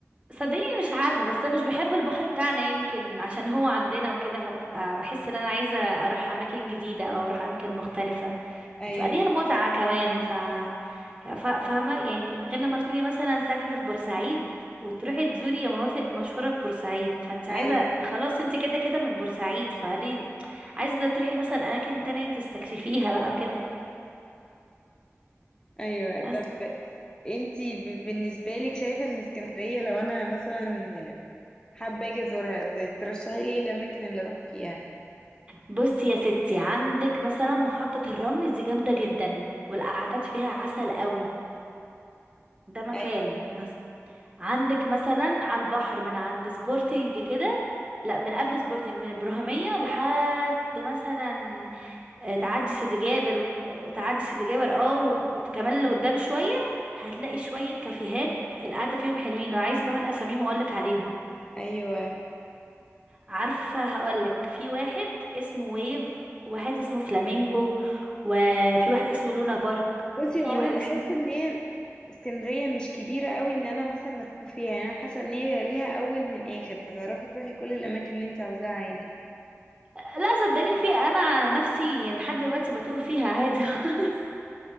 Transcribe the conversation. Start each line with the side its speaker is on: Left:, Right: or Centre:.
Right: صدقيني مش عارفه بس مش بحب البحر بتاعنا يمكن عشان هو عندنا وكده فببقى بحس ان انا عايزه اروح اماكن جديده او اروح اماكن مختلفه
Left: ايوه
Right: بتبقى ليها متعه كمان ف فا- فاهمة يعني غير لما تكوني مثلا ساكنة في بورسعيد وتروحي تزوري مناطق مشهورة في بورسعيد فانت عايزة
Left: ايوه
Right: خلاص انت كده كده من بورسعيد فليه عايزة تروحي مثلا أماكن تانية تستكشفيها بقى وكده
Left: ايوه طب
Right: بس
Left: انتي ب- بالنسبة لك شايفة ان اسكندرية لو انا مثلا حابة اجي ازورها ت- ترشحي لي ايه الاماكن اللي اروح فيها
Right: بصي يا ستي عندك مثلا محطة الرمل دي جامدة جدا والقعدات فيها عسل قوي ده مكان
Left: ايوه
Right: مثلا عندك مثلا على البحر من عند سبورتنج كده لا من قبل سبورتنج من البرهمية لحد مثلا آه، تعدي سيدي جابر وك- وتعدي سيدي جابر اه وت- وت- كمان لقدام شوية هتلاقي شوية كافيهات القعدة فيهم حلوين لو عايزة كمان أساميهم أقولك عليهم
Left: ايوه
Right: عارفة هقولك في واحد اسمه ويف واحد اسمه فلامينجو وفي واحد اسمه لونا بارك
Left: بصي
Right: وفي
Left: هو انا
Right: واحد
Left: بحس
Right: اسمه
Left: ان هي اسكندرية مش كبيرة قوي ان انا مثلا اتوه فيها يعني انا حاسة ان هي ليها اول من اخر فتعرفي تروحي كل الاماكن اللي انت عاوزاها عادي
Right: لا صدقني في انا عن نفسي يعني لحد دلوقتي بتوه فيها عادي <laughs> خالص